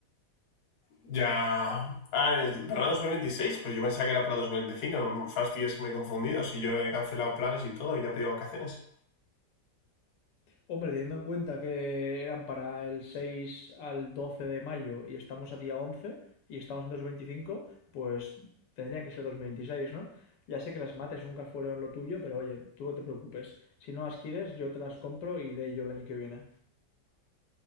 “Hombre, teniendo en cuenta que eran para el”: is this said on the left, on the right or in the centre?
Left